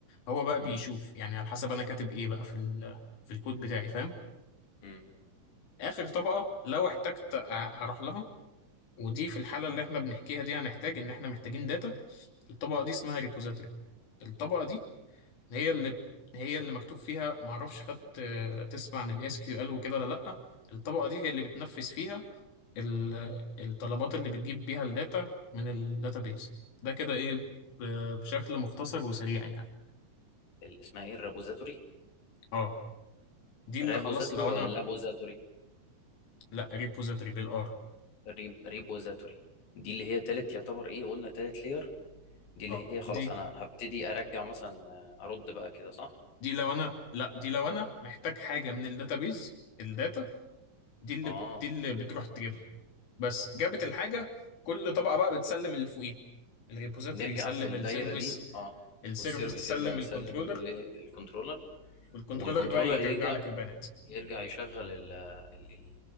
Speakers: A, on the left; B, on the left.
A: هو بقى
B: م-
A: بيشوف يعني على حسب انا كاتب ايه بقى في ال في الكود بتاعي فاهم
B: م.
A: اخر طبقه لو احتجت أ- اروح لها ودي في الحاله اللي احنا بنحكيها دي هنحتاج ان احنا محتاجين داتا الطبقه دي اسمها ريبوزيتوري الطبقه دي هي اللي هي اللي مكتوب فيها معرفش خدت آه، تسمع عن الاس كيو ال وكده ولا لا الطبقه دي هي اللي بتنفذ فيها ال- الطلبات اللي بتجيب بيها الداتا من الداتابيز ده كده ايه ب- بشكل مختصر وسريع يعني
B: اللي اسمها ايه الرابوزاتوري
A: اه دي اللي
B: رابوزاتوري
A: خلاص لو
B: ولا
A: انا
B: لابوزاتوري
A: لا ريبوزيتوري بالار
B: ريب... ريبوزاتوري دي اللي هي تالت يعتبر ايه قلنا تالت لاير دي اللي
A: اه
B: هي خلاص
A: دي
B: انا هبتدي ارجع مثلا آه، ارد بقى كده صح
A: دي لو انا لا دي لو انا محتاج حاجه من الداتابيز الداتا دي اللي
B: اه
A: دي اللي بتروح تجيبها بس جابت الحاجة كل طبقة بقى بتسلم اللي فوقيها الريبوزيتوري
B: نرجع
A: يسلم
B: في الدايره
A: السيرفيس
B: دي اه
A: السيرفيس
B: والسيرفيس
A: تسلم
B: يرجع يسلم
A: الكنترولر
B: للكنترولر
A: والكنترولر
B: والكنترولر
A: بقى يرجع
B: يرجع
A: لك البيانات
B: يرجع يشغل ال- ال- ال-